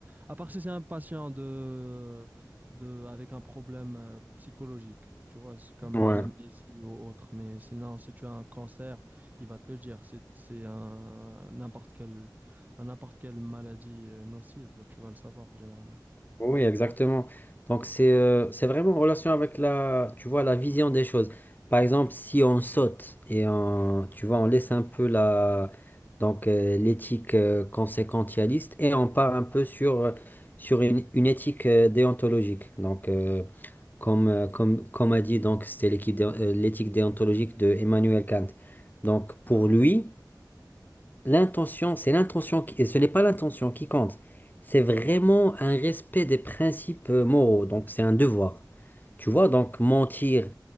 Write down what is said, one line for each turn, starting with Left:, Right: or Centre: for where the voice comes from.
Right: à part si c'est un patient de, de, avec un problème, euh, psychologique, tu vois, c'est comme
Left: ouais.
Right: euh, l'amnésie ou autre. Mais sinon, si tu as un cancer, il va te le dire. C'est, c'est un n'importe quel à n'importe quelle maladie euh, nocive, tu vas le savoir généralement.
Left: Oui, exactement. Donc c'est euh, c'est vraiment en relation avec la, tu vois, la vision des choses. Par exemple, si on saute et on, tu vois, on laisse un peu la donc euh, l'éthique euh, conséquentialiste et on part un peu sur euh, sur une, une éthique euh, déontologique. Donc euh, comme euh, comme comme a dit donc c'était l'équipe dé- euh, l'éthique déontologique de Emmanuel Kant. Donc pour lui L'intention, c'est l'intention qui, et ce n'est pas l'intention qui compte. C'est vraiment un respect des principes euh, moraux. Donc, c'est un devoir. Tu vois, donc mentir